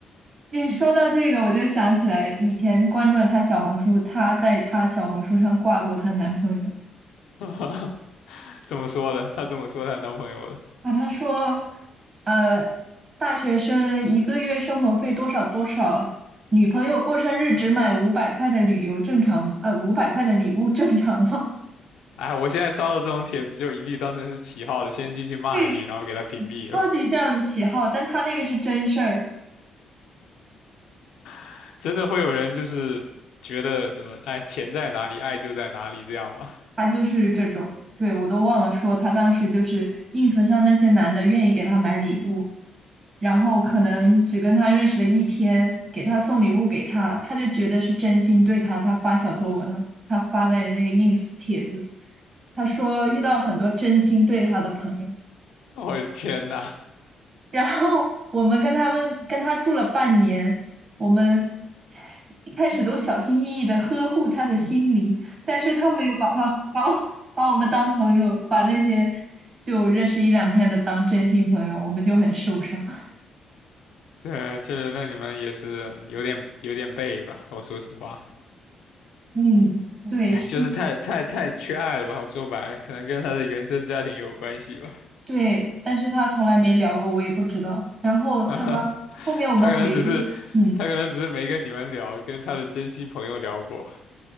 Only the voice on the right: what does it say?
你说到这个，我就想起来以前关注了她小红书，她在她小红书上挂过她男朋友
啊，她说，呃，大学生一个月生活费多少多少，女朋友过生日只买五百块的旅游正常，呃，五百块的礼物正常吗？
<laughs> 对，
超级像起号，但他那个是真事儿，
他就是这种。对，我都忘了说，他当时就是 ins 上那些男的愿意给他买礼物，然后可能只跟他认识了一天，给他送礼物给他，他就觉得是真心对他，他发小作文了，他发在那个 ins 帖子，他说遇到很多真心对他的朋友。
然后我们跟他们跟他住了半年，我们一开始都小心翼翼的呵护他的心灵，但是他没有把他把我把我们当朋友，把那些就认识一两天的当真心朋友，我们就很受伤。
嗯，
对，
是，
对，但是他从来没聊过，我也不知道。然后他
后面我们回，
嗯，